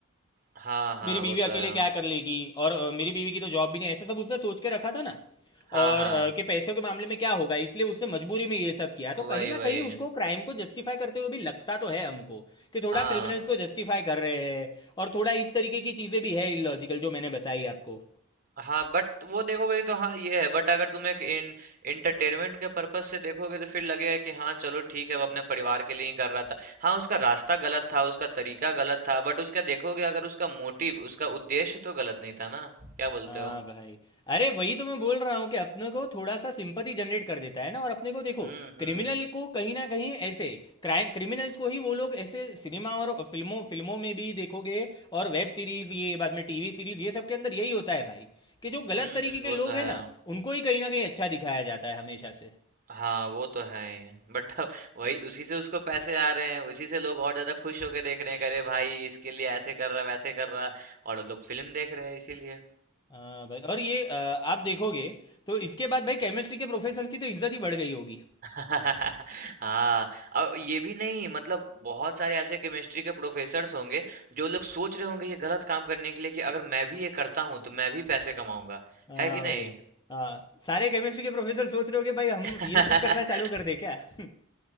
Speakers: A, on the right; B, on the left.
A: हाँ हाँ
B: मेरी बीवी
A: वो तो
B: अकेले
A: है
B: क्या कर लेगी और अ, मेरी बीवी की तो जॉब भी नहीं है ऐसा सब उसने सोच के रखा था ना
A: हाँ
B: और
A: हाँ
B: अ, कि पैसों के मामले में क्या होगा इसलिए उसने मजबूरी में ये सब किया तो
A: वही
B: कहीं ना
A: वही
B: कहीं उसको क्राइम को जस्टिफाई करते हुए भी लगता तो है हमको कि थोड़ा
A: हाँ
B: क्रिमिनल्स को जस्टिफाई कर रहे हैं और थोड़ा इस तरीके की चीज़ें भी है इलॉजिकल जो मैंने बताई आपको
A: हाँ बट वो देखोगे तो हाँ ये है बट अगर तुम एक इन इंटरटेनमेंट के पर्पज से देखोगे तो फिर लगेगा कि हाँ चलो ठीक है वो अपने परिवार के लिए ही कर रहा था हाँ उसका रास्ता गलत था उसका तरीका गलत था बट उसका देखोगे अगर उसका मोटिव उसका उद्देश्य तो गलत नहीं था ना क्या बोलते
B: हाँ
A: हो
B: भाई अरे वही तो मैं बोल रहा हूँ कि अपने को थोड़ा सा सिंपथी जनरेट कर देता है ना और अपने को देखो
A: हम्म
B: क्रिमिनल
A: हम्म
B: को कहीं ना कहीं ऐसे क्राइम क्रिमिनल्स को ही वो लोग ऐसे सिनेमा और फिल्मों फिल्मों में भी देखोगे और वेब सीरीज ये बाद में टीवी सीरीज ये सब के अंदर यही होता है भाई कि जो
A: हम्म
B: गलत तरीके
A: हम्म,
B: के
A: वो
B: लोग
A: तो
B: हैं
A: है
B: ना उनको ही कहीं ना कहीं अच्छा दिखाया जाता है हमेशा से
A: हाँ वो तो है ही। बट अब <laughs> वही उसी से उसको पैसे आ रहे हैं उसी से लोग और ज्यादा खुश होके देख रहे हैं करे भाई इसके लिए ऐसे कर रहा वैसे कर रहा और लोग फिल्म देख रहे हैं इसीलिए
B: हाँ भाई और ये अ, आप देखोगे तो इसके बाद भाई केमिस्ट्री के प्रोफेसर की तो इज्जत ही बढ़ गई होगी
A: <laughs> हाँ और ये भी नहीं मतलब बहुत सारे ऐसे केमिस्ट्री के प्रोफेसर्स होंगे जो लोग सोच रहे होंगे ये गलत काम करने के लिए कि अगर मैं भी ये करता हूँ तो मैं भी पैसे कमाऊंगा
B: हाँ
A: है कि
B: भाई
A: नहीं
B: हाँ सारे केमिस्ट्री के प्रोफेसर सोच रहे हो कि भाई हम
A: <laughs>
B: ये सब करना चालू कर दे क्या <laughs>